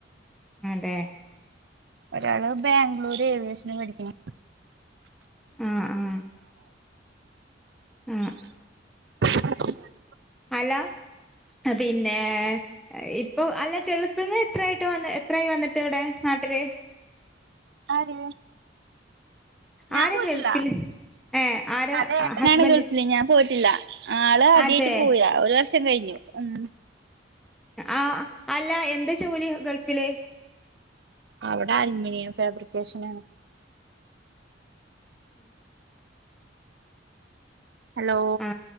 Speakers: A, in the centre; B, on the right (about 65°).
A: അതെ
B: ഒരാള് ബാംഗ്ലൂരു ഏവിയേഷന് പഠിക്ക
A: ആ ആ
B: <inaudible>
A: ആ ഹലോ പിന്നെ ഏ ഇപ്പൊ അല്ല ഗൾഫിന്ന് എത്രായിട്ട് വന്ന് എത്രായി വന്നിട്ട് ഇവിടെ നാട്ടില് <inaudible>
B: ആര് ഞാൻ
A: ആരാ
B: പോയിട്ടില്ല
A: ഗൾഫില് ഏ ആരാ
B: അത് ഏട്ടനാണ്
A: ഹസ്ബൻഡ്
B: ഗൾഫില് ഞാൻ പോയിട്ടില്ല ആള് ആദ്യായിട്ട്
A: അതെ
B: പോവുകാ ഒരു വർഷം കഴിഞ്ഞു ഉം
A: ആ അല്ല എന്താ ജോലി ഗൾഫില്
B: അവിടെ അലുമിനിയം ഫാബ്രിക്കേഷനാണ്
A: ഉം
B: ഹലോ
A: ആ